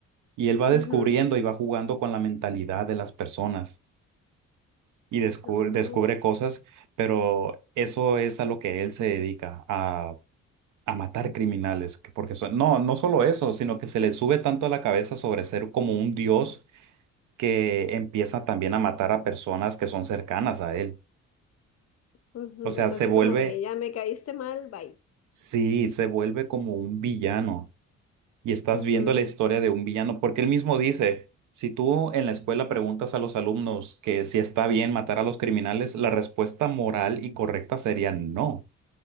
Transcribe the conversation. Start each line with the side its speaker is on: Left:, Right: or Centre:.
Right: Y él va
Left: Ujú.
Right: descubriendo y va jugando con la mentalidad de las personas y descubre,
Left: Oh,
Right: descubre cosas, pero eso es a lo que él se dedica, a, a matar criminales, que porque son- no, no solo eso, sino que se le sube tanto a la cabeza sobre ser como un dios que empieza también a matar a personas que son cercanas a él.
Left: ujú.
Right: O sea,
Left: O sea,
Right: se
Left: así
Right: vuelve,
Left: como de ya me caíste mal, bye.
Right: sí, se vuelve como un villano. y estás
Left: Ujú,
Right: viendo la historia de un villano, porque él mismo dice, si tú en la escuela preguntas a los alumnos que si está bien matar a los criminales, la respuesta moral y correcta sería no,